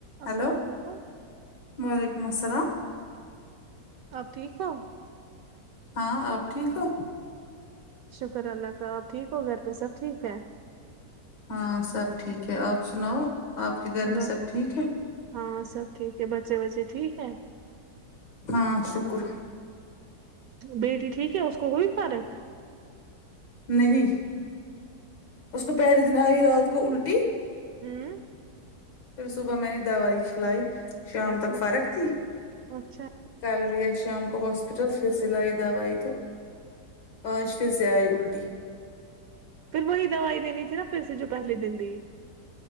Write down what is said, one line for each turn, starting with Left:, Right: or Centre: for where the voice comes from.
Right: السلام
Left: Hello
Right: علیکم
Left: وعلیکم السلام
Right: آپ ٹھیک ہو
Left: ہاں آپ ٹھیک ہو
Right: شکر اللہ کا آپ ٹھیک ہو گھر پہ سب ٹھیک ہے
Left: ہاں سب ٹھیک ہے آپ سناؤ آپ کے گھر میں
Right: بس
Left: سب ٹھیک ہے
Right: ہاں سب ٹھیک ہے بچے وچے ٹھیک ہے
Left: ہاں شکر
Right: بیٹی ٹھیک ہے اس کو ہوئی فارق
Left: نہیں اس کو پہلے دن آئی رات کو الٹی
Right: ہوں
Left: پھر صبح میں نے دوائی کھلائی شام
Right: اچھا
Left: تک فرک تھی
Right: اچھا
Left: کرلے شام کو ہاسپٹل پھر سلائی دوائی تو آج فر سے آئی الٹی
Right: پھر وہی دوائی دینی تھی نا پھر سے جو پہلے دن دی